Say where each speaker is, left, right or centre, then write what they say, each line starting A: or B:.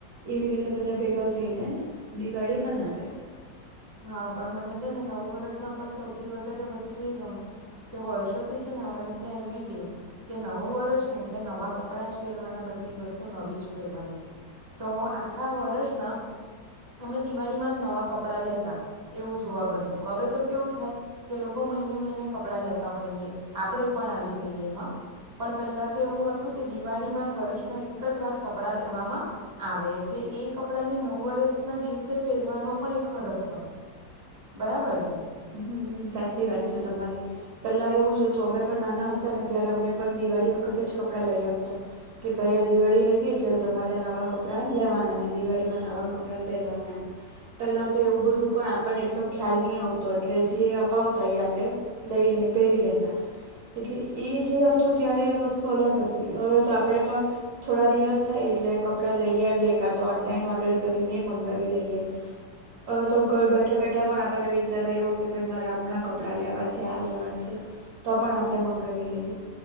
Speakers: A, on the right; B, on the right.
A: એવી રીતે બધા ભેગા થઈને દિવાળી મનાવે.
B: હા પણ મને છે ને નવું વર્ષમાં પણ સૌથી વધારે વસ્તુ એ ગમે, કે વર્ષોથી છે ને અમારે ત્યાં એવી વું કે નવું વર્ષ ને એટલે નવા કપડાં જ પહેરવાના બધી વસ્તુ નવી જ પહેરવાની તો આખા વર્ષમાં અમે દિવાળીમાં જ નવા કપડાં લેતા. એવું જોવા બનતું હવે તો કેવું થાય, કે લોકો મહિને મહિને કપડા લેતા હોઈએ આપણેે પણ આવી જઈએ એમાં, પણ પહેલા તો એવું હતું કે દિવાળીમાં વર્ષમાં એક જ વાર કપડા લેવામાં આવે એટલે એ કપડા ને નવ વર્ષ ના દિવસે પહેરવાનો પણ એક ફરકય બરાબર ને.
A: હમ સાચી વાત છે તમારી, પેલા એવું જ હતું અમે પણ નાના હતા ને ત્યારે અમને પણ દિવાળી વખતે જ કપડાં લઈ આપતા, કે ભાઈ આ દિવાળી આવી એટલે તમારે નવા કપડાં લેવાના ને દિવાળીમાં નવા કપડાં પહેરવાના એમ, પેલા તો એવું બધું પણ આપણને એટલો ખ્યાલ નહ આવતો. એટલે જે અપાવતા એ આપણે લઈ લ પહેરી લેતા, એટલે એ જે હતું ત્યારે વસ્તુ અલગ હતી હવે તો આપે પણ, થોડા દિવસ થાય એટલે કપડાં લઈ આવીએ કા તો ઓનલાઈન ઓર્ડર કરીને મંગાવી લઈએ, હવે તો ઘર બેઠા બેઠા પણ આપને બચાર એવો કે ભાઈ મારે હમણાં કપડાં લેવા છે આ લેવા છે, તો પણ આપણે મંગાવી લઈએ,